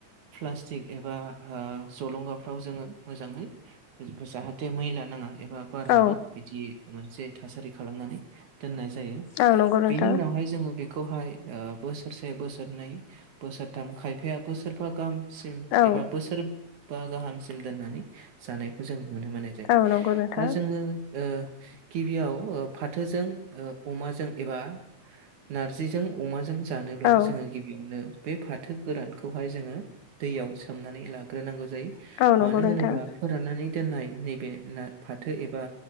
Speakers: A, on the right; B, on the left.
A: प्लास्टिक एबा ओ जलंगाफ्राव जोङो मोजाङै जाहाथे मै लानाङा एबा बार
B: औ
A: हाबा बिदि मोनसे थासारि खालामनानै दोननाय जायो।
B: औ नंगौ नोंथां
A: बेनि उनावहाय जोङो बे बेहाय ओ बोसोरसे बोसोरनै बोसोरथाम खायफाया बोसोरबा गाहामसिम
B: औ
A: एबा बोसोर बा गाहामसिम दोननानै जानायखौ जों नुनो मोननाय जायो।
B: औ नंगौ नोंथां
A: आङो ओ गिबियाव ओ फाथोजों अमाजों एबा नारजिजों अमाजों जानोब्ला
B: औ
A: जोङो गि बियावनो बे फाथो गोरानखौहाय जोङो दैयाव सोमनानै लाग्रोनांगौ जायो।
B: औ नंगौ
A: मानो
B: नोंथां
A: होनोब्ला फोराननानै दोननाय नैबे ना फाथो एबा